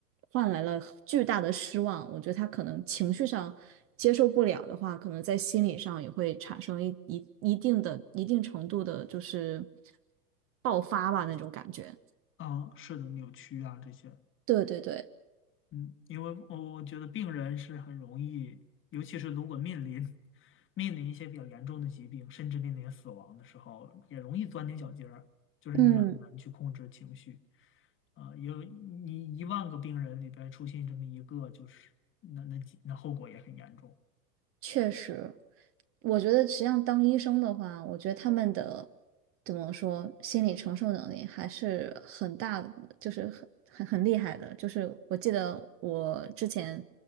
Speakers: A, on the right (about 30°); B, on the left (about 25°).
A: 换来了巨大的失望，我觉得他可能情绪上接受不了的话，可能在心理上也会产生一一一定的一定程度的，就是爆发吧那种感觉。
B: 啊，是的，扭曲啊这些。
A: 对对对，
B: 嗯，因为我我觉得病人是很容易，尤其是如果面临面临一些比较严重的疾病，甚至面临死亡的时候，也容易钻牛角尖儿，就是你也很难去控制情绪。
A: 嗯。
B: 啊、有你一万个病人里边出现这么一个，就是那那几那后果也很严重。
A: 确实，我觉得实际上当医生的话，我觉得他们的怎么说，心理承受能力还是很大的，就是很很很厉害的。就是我记得我之前，